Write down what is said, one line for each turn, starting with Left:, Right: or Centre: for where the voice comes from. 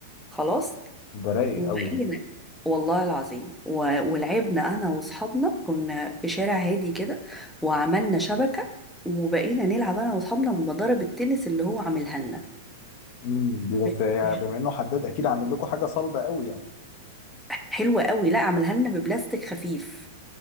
Centre: خلاص
Left: ده رايق
Centre: وبقينا
Left: قوي ده
Centre: والله العظيم و... ولعبنا انا واصحابنا كنا في شارع هادي كده وعملنا شبكة وبقينا نلعب انا واصحابنا بمضارب التنس اللي هو عاملها لنا
Left: امم دي بس
Centre: ب-
Left: يعني
Centre: مش-
Left: بما انه حداد اكيد عامل لكم حاجة صلبة قوي يعني
Centre: حلوة قوي لا عاملها لنا ببلاستيك خفيف